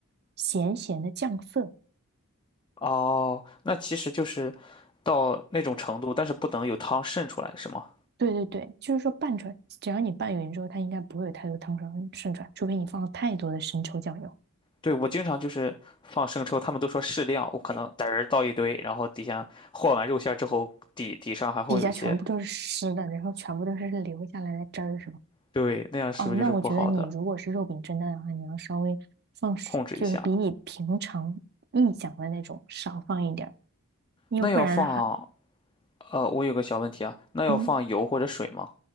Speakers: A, on the right; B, on the left.
A: 咸咸的酱色。
B: 哦，那其实就是到那种程度，但是不能有汤渗出来，是吗？
A: 对对对，就是说拌出来，只要你拌匀之后，它应该不会有太多汤水渗出来，除非你放了太多的生抽酱油，
B: 对，我经常就是放生抽，他们都说适量，我可能嘚儿倒一堆，然后底下和完肉馅儿之后，底底上还会有一些，
A: 底下全部都是湿的，然后全部都是留下来的汁儿，是吧？
B: 对，那样是不是就是不好的？
A: 哦，那我觉得你如果是肉饼蒸蛋的话，你要稍微放就是比你平常臆想的那种少放一点儿，
B: 控制一下。
A: 为不然的话，
B: 那要放，呃，我有个小问题啊，那要放油或者水吗？
A: 嗯，